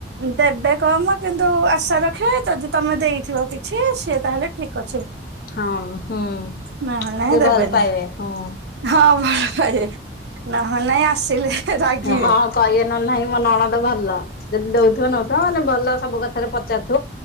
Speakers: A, on the right; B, on the left.
A: ଦେବେ କମ କିନ୍ତୁ ଆଶା ରଖିବେ ଯଦି ତମେ ଦେଇଥିବ କିଛି ସିଏ ତାହେଲେ ଠିକ ଅ
B: ହଁ, ହୁଁ।
A: ନହେଲେ ନାଇଁ
B: ଟିକେ
A: ଦେବେନି,
B: ଭଲ ପାଇବେ ହଁ
A: ହଁ <unintelligible> ନହେଲେ ନାଇଁ ଆସିଲେ ରାଗିବେ।
B: ହଁ କହିବେ ନ ହେଲେ ନାହିଁ ମୋ ନଣଦ ଭଲ। ଯଦି ଦଉଥିବ ନଉଥିବ ମାନେ ଭଲ ସବୁ କଥାରେ ପଚାରୁଥିବ